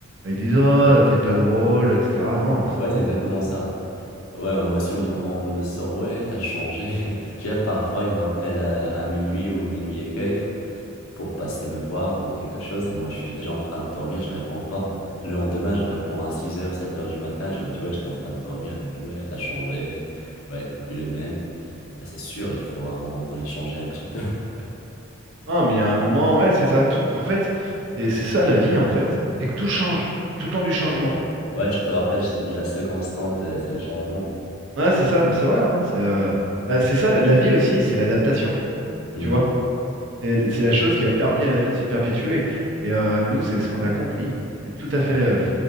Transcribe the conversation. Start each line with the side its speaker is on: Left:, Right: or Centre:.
Right: Ils disent oh, t'es pas drôle, etc. Non,
Left: Ouais,
Right: c'est
Left: c'est
Right: bon.
Left: exactement ça. Ouais, moi aussi, on, me on me sort, ouais, t'as changé. <laughs> J'ai parfois, il m'appelle euh, à minuit ou minuit et quelques pour passer me voir ou quelque chose. Et moi, je suis déjà en train de dormir, je réponds pas. Le lendemain, je réponds à six heures sept heures du matin. Je leur dis, ouais, j'étais en train de dormir. Elles m'ont dit, ouais, t'as changé. Ouais, t'es plus le même. Bah, c'est sûr, il faut à un moment donné changer un petit peu. <laughs>
Right: Non, mais il y a un moment, ouais, c'est ça. Tout, en fait, c'est c'est ça la vie, en fait, c'est que tout change. C'est tout le temps du changement.
Left: Exactement. Ouais, tu te rappelles, je t'ai dit, la seule constante, euh, c'est le changement.
Right: Ouais, c'est ça, c'est vrai. hein, c'est euh, bah, c'est ça la la vie aussi, c'est l'adaptation.
Left: Hmm.
Right: Tu vois C'est c'est la chose qui a permis à la vie de se perpétuer. Et euh, nous, c'est ce qu'on accomplit. C'est tout à fait,
Left: Ouais,
Right: euh,